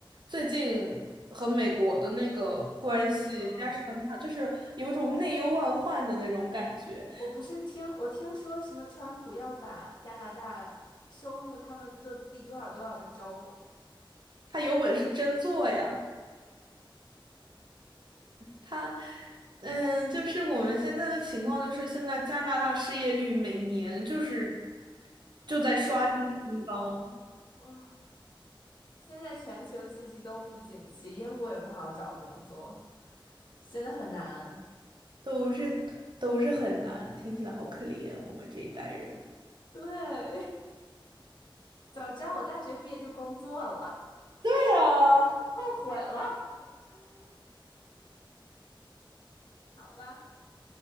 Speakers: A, on the right (about 60°); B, on the left (about 55°).
A: 最近和美国的那个关系，
B: 嗯，
A: 加上他就是有一种内忧外患的那种感觉。
B: 我不是听我听说什么川普要把加拿大收入他们的第多少多少个州
A: 他有本事真做呀，他嗯，就是我们现在的情况就是现在加拿大失业率每年就是就在刷新新高，
B: 啊，现在全球经济都不景气，英国也不好找工作，真的很难。
A: 都是都是很难，听起来好可怜，我们这一代人。
B: 对，<laughs> 早知道我大学毕业就工作了，
A: 对呀。
B: <laughs> 后悔了。好吧，